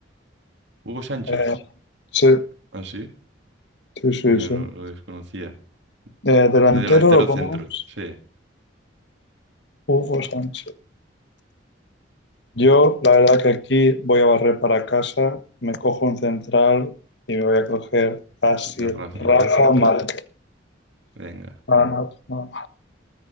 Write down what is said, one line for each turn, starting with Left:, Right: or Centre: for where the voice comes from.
Right: Hugo Sánchez.
Left: Eh, sí,
Right: Ah, sí.
Left: sí, sí,
Right: Mira,
Left: sí.
Right: no lo desconocía.
Left: Eh, delantero
Right: De delantero
Left: lo ponemos
Right: centro, sí.
Left: Hugo Sánchez. Yo, la verdad que aquí voy a barrer para casa, me cojo un central y me voy a coger así
Right: Señor Rafita.
Left: Rafa Márquez.
Right: Venga.
Left: Ah, no, no.